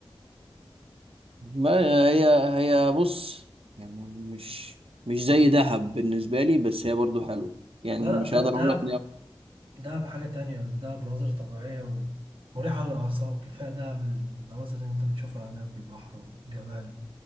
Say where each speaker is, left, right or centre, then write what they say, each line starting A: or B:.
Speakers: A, on the right; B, on the right.
A: ما هي هي بص يعني مش مش زي دهب بالنسبة لي بس هي برضه حلوة يعني
B: لا
A: مش
B: لا ده
A: هقدر
B: ده
A: اقول لك
B: ده بحاجة تانية ده بمناظر طبيعية و- مريحة للأعصاب كفاية ده بالمناظر اللي أنت بتشوفها هناك والبحر والجبال